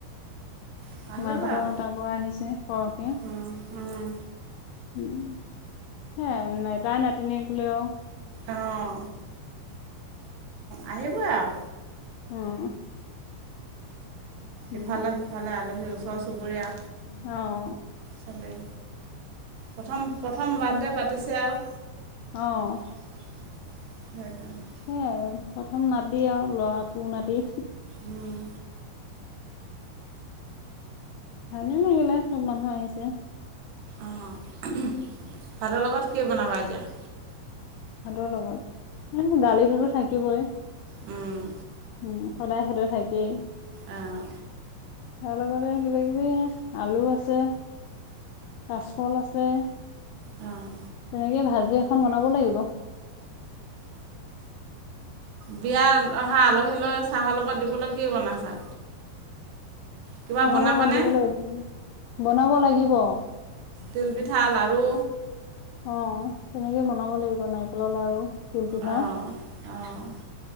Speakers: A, on the right; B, on the left.
A: অঁ। আহিব
B: মাকহঁতৰ
A: আৰু
B: তাৰ পৰা আহিছে সৰহকে।
A: উম, উম,
B: উম, সে তাই নাতিনিয়েক বুলি আও।
A: অঁ। আহিবই আও।
B: উম উম
A: ইফালে-সিফালে আলহী, ওচৰ-চুবুৰীয়া।
B: অ
A: চবেই! প্ৰথম প্ৰথম বাৰ্থডে পাতিছে আও।
B: অ'।
A: <unintelligible>
B: সেইয়া প্ৰথম নাতি আৰু ল'ৰা পু নাতি।
A: উম।
B: ভালে লাগিলে চব মানুহ আহিছে।
A: অঁ, ভাতৰ লগত কি বনাবা এতিয়া?
B: ভাতৰ লগত এ দালিটোতো থাকিবই।
A: উম,
B: উম, সদায় সেইটো থাকেই।
A: আহ।
B: তাৰ লগতে কিবা-কিবি আলু আছে, কাচকল আছে।
A: অ'।
B: হেনেকেই ভাজি এখন বনাব লাগিব।
A: বিয়াত অহা আলহীলৈ চাহৰ লগত দিবলৈ কি বনাইছা? কিবা
B: চাহৰ
A: বনাবানে?
B: লগত দিবলৈ, বনাব লাগিব।
A: তিলপিঠা, লাৰু
B: অ' তেনেকে বনাব লাগিব নাৰিকলৰ লাৰু। তিল পিঠা
A: অ', অ'।